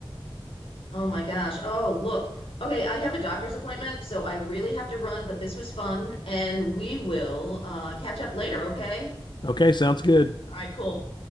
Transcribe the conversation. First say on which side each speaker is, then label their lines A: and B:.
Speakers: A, on the left; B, on the left.
A: Oh my gosh. Oh, look. Okay, I have a doctor's appointment, so I really have to run, but this was fun, and we will uh, catch up later, okay?
B: Okay, sounds good.
A: All right, cool.